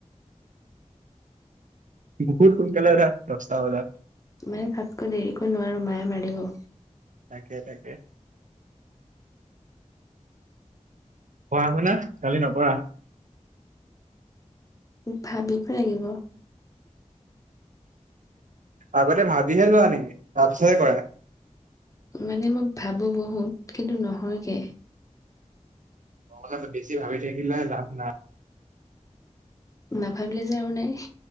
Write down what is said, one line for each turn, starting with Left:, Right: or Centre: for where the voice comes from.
Left: <unintelligible>
Right: বহুত সোনকালে ৰাতি দহটা বজাত
Left: ত মানে তাতকৈ দেৰিকৈ নোৱাৰো মায়ে মাৰিব
Right: তাকে তাকে। পোৱা হয় না কালি নকৰা
Left: ভাবিব লাগিব
Right: আগতে ভাবিহে লোৱা নেকি তাৰপিছতহে কৰা।
Left: মানে মই ভাবো বহুত কিন্তু নহয়গে।
Right: অকলে বেছি ভাবি থাকিলে লাভ নাই।
Left: নাভাবিলে যে আৰু নাই।